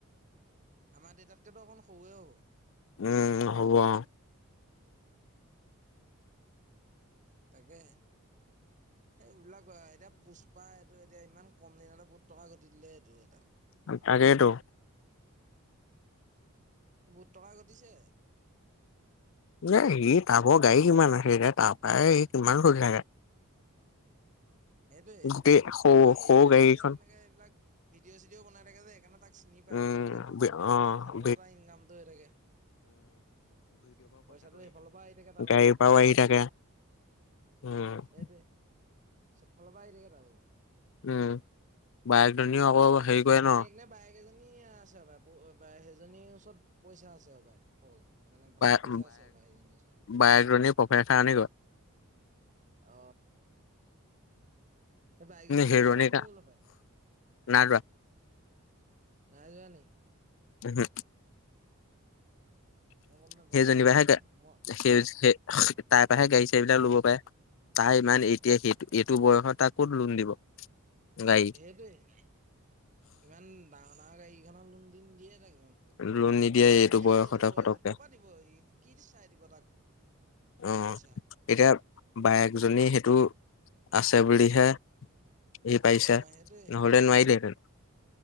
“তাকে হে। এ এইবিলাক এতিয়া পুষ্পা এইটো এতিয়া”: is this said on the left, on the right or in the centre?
Right